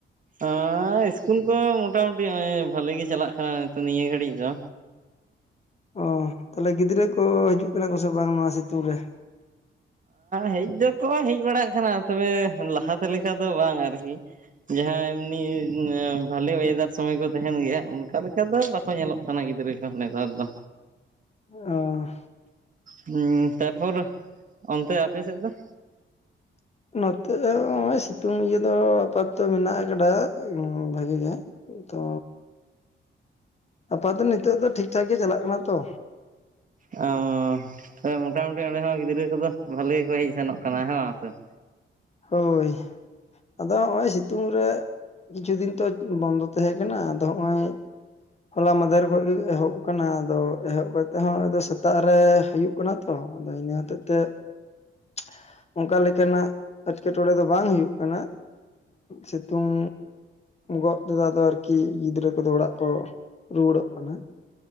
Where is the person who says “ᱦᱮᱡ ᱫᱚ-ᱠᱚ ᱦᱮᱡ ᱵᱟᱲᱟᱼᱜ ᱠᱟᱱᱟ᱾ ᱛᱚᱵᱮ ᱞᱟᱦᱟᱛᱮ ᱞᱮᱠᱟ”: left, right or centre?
Right